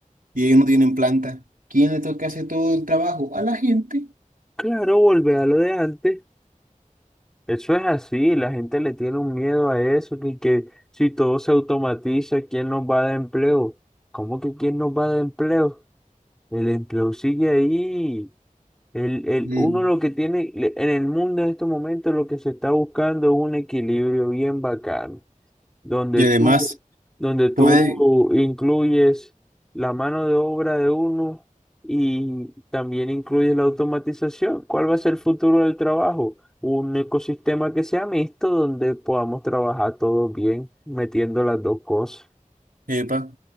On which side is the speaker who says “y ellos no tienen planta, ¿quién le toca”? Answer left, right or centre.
Right